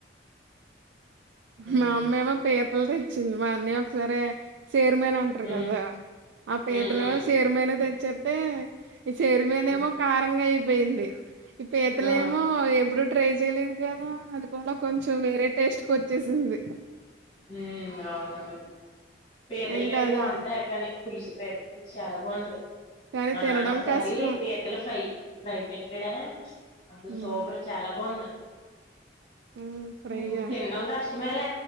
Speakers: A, on the left; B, on the right.
A: ఉమ్
B: మా అమ్మ ఏమో పీత. దూల్ తెచ్చింది! మా అన్యాయ్ ఒకసారే. చైర్మన్ అంటారు
A: ఉమ్
B: కదా, ఆ పీతలు
A: ఉమ్ ఉమ్
B: చైర్మన్ తెచ్చి. చెప్పయ్. ఈ చైర్మన్
A: ఉమ్,
B: ఏమో కారంగా అయి. పోయింది! ఇప్పు ఈతలే
A: ఆ
B: ఏమో ఎప్పుడు ట్రై చేయలేనుకడ ఆధు. కూరా కొంచెం, వేరే టేస్ట్‌ కో. వచ్చేసింది!
A: హ్మ్ అవునవును! పీతల
B: ఇంక
A: కర్రీ
B: అదా
A: బాగుంతెహేద కానీ, పులుసు పీతల పులుసు. చాలా బావుండదు
B: కానీ
A: మా
B: తినడం
A: నాన్న ఒకసారి,
B: కష్టం
A: పీతల ఫ్రై పే ఎడ అసలు
B: హ్మ్
A: సోపర్ చాలా బావుంద
B: హ్మ్ ఫ్రైగా
A: <inaudible> తినడం కష్ట. ఇవాళ